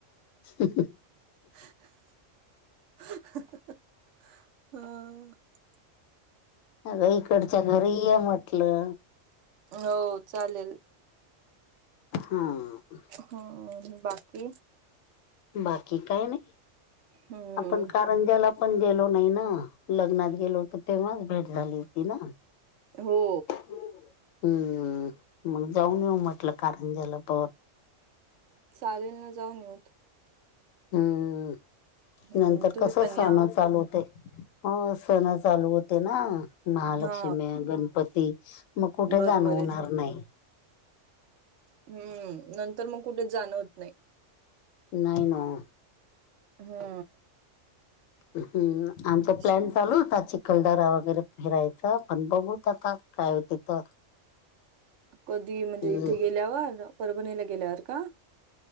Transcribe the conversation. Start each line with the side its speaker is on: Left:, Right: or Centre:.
Left: <unintelligible>
Right: हा,
Left: अग ईकडच्या घरी ये म्हटलं,
Right: हो चालेल,
Left: हां
Right: हम बाकी
Left: बाकी काय नाही
Right: हं,
Left: आपण का रंजाला पण गेलो नाही ना लग्नात गेलो होत तेव्हाच भेट झाली होती ना
Right: हो
Left: हम्म मग जाऊन येऊ म्हटलं कारण ज्याला प
Right: चालेल ना जाऊन ये होत
Left: हम्म
Right: हम्म
Left: नंतर
Right: तुम्ही
Left: कस
Right: पण
Left: सहणं
Right: या
Left: चालूते हो सण चालू होते ना महालक्ष्मी
Right: हा
Left: गणपती मग कुठे
Right: बरोबर
Left: जाणवणार
Right: आहे
Left: नाही
Right: हम्म नंतर मग कुठेच जाण होत नाही
Left: नाहीयन
Right: हा
Left: हम्म आमचा प्लॅन
Right: ना
Left: चालू होता कलदरावर वगैरे फिरायचं पण बघू आता काय हो त तर
Right: कधी म्हणजे
Left: हम्म
Right: इथे गेल्यावर परभणीला गेल्यावर का